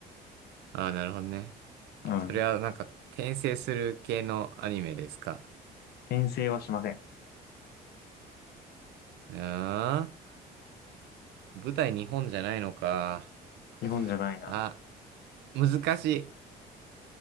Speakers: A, on the right (about 85°); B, on the left (about 70°).
A: ああ、なるほどね。
B: うん。
A: それはなんか、転生する系のアニメですか
B: 転生はしません。
A: うーん。舞台日本じゃないのか。
B: 日本じゃないな。
A: あ、難しい。